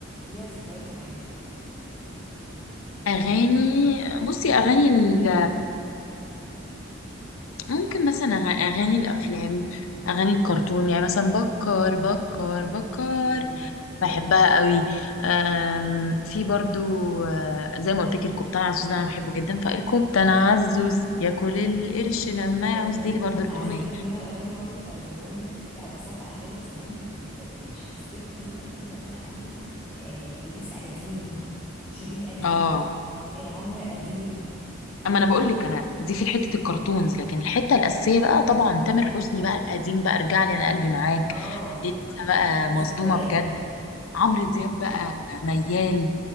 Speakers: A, in the centre; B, on the left.
A: ليها ذكريات معاكي
B: أغاني بصي أغاني ال ممكن مثلا أغ- أغاني الأفلام أغاني الكرتون يعني مثلا بكر بكر بكر
A: مم.
B: بحبها قوي أم، في برضو آه، زي ما قلت لك الكبتان عزوز ده انا بحبه جدا فالكبتان عزوز ياكل القرش لما
A: يا
B: يعوز
A: لهوي
B: دي لي برضو
A: انا
B: الاغنيه
A: عايزه اقول لك ان انا الاغاني برضه بتاعت زمان لا بس انا بقى اغاني زمان اللي بت... بتحسسني بايام زمان قوي آه... اليسا قديم شيرين قديم
B: اه
A: آه... عمرو قديم اه
B: اما انا بقول لك انا دي في حته الكرتونز لكن الحته الاساسيه بقى طبعا تامر حسني بقى القديم بقى ارجع لي انا قلبي معاك
A: آه،
B: لسه بقى
A: لا،
B: مصدومه
A: ذكريات
B: بجد عمرو دياب بقى ميال